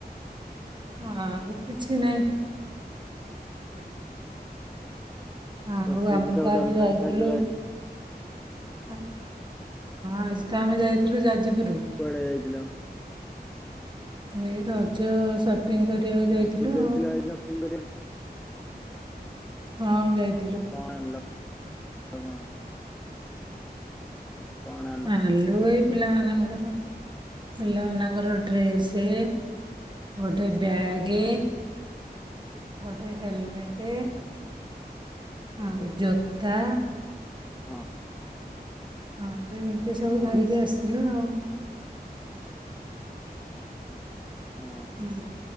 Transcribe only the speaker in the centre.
ଚକୁଳି
ପିଠା
ଆଉ
ଡାଲମା
ତାନେ ଖାଇଦେଲ ଆଜି।
ପଳେଇ ଯାଇଥିଲ।
ଯାଜପୁର
<unintelligible>
ପାଇଁ କଣ ଆଣିଲ କଣ କଣ ଆଣିଲ
ହଁ।
ହଁ
ଓ